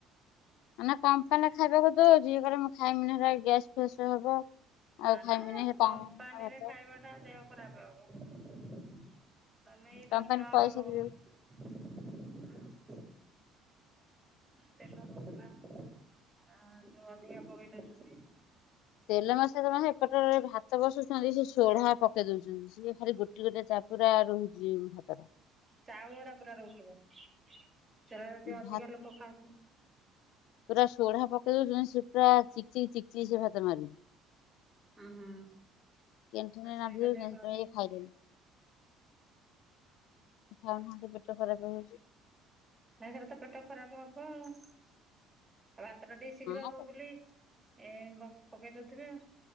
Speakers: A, on the left (about 75°); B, on the right (about 20°).
A: ମାନେ କମ୍ପାନରେ ଖାଇବାକୁ ଦଉ ଯିଏ ୟେ କହିଲା ମୁଁ ଖାଇମି ହେ ଗ୍ୟାସ୍ ଫେସ୍ ହବ ଆଉ
B: ନା
A: ଖାଇମିନି
B: ନା
A: ସେ
B: କମ୍ପାନୀରେ
A: ପାଉଁରୁଟି ଭାତ
B: ଖାଇବା ଟା ଦେହ ଖରାପ ହବ। ତମେ ଏଇ
A: କମ୍ପାନୀ
B: ଦଶ ଟଙ୍କା
A: ପଇସା
B: ଲୋକ
A: ଦେଇ
B: କରଁ।
A: ଦଉଛି। <unintelligible>
B: ହୁ ତେଲ ଆ ଯୋଉ ଅଧିକା ପଗିନ ଅଛନ୍ତି।
A: ତେଲ ମସଲା ମାନେ ଏପଟରେ ଭାତ ବସୁଛନ୍ତି ସେ ସୋଢା ପକେଇ ଦଉଛନ୍ତି ସିଏ ଖାଲି ଗୋଟିକା ଗୋଟେ ଚା ପୁରା ରହୁଛି ଭାତ ଟା।
B: ଚାଉଳ ଟା ପୁରା ରହୁଥିବ? <unintelligible> ଅଧିକା
A: ଭାତ
B: ଲୋକ ଖାଉଛନ୍ତି।
A: ପୁରା ସୋଢା ପକେଇ ଦଉଛନ୍ତି ସେ ପୁରା ଚିକ ଚିକ ଚିକ ଚିକ ସେ ଭାତ ମାରି।
B: ହଁ ହଁ
A: କ୍ୟାଣ୍ଟିନରେ
B: ଦଶଟ
A: ନାଦି ଦଉଛନ୍ତି
B: ଦେଖକୁ
A: ସେଥିପାଇଁ ଇଏ ଖାଇଲେନି ଏଖା ହହାନ୍ତି ପେଟେ ଘରେକୁ ହେଜ।
B: ନାଇ ସେଟ ତ ପେଟ ଖରାପ ହବ। ଆଉ ଭାତ ଟା ଟିକେ ଶୀଘ୍ର ହବ
A: ହଁ
B: ବୋଲି ଏ ପକେଇ ଦଉଥିବେ ଆଉ।